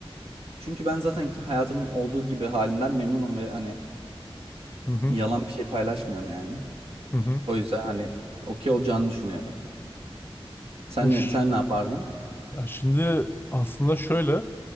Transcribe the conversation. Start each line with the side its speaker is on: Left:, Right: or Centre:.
Right: Çünkü ben zaten hayatımın olduğu gibi halinden memnunum ve hani
Left: hı hı.
Right: yalan bir şey paylaşmıyorum yani.
Left: hı hı.
Right: O yüzden hani okey olacağını düşünüyorum. Sen,
Left: Bu
Right: ne-
Left: ş-
Right: sen ne yapardın?
Left: ya şimdi aslında şöyle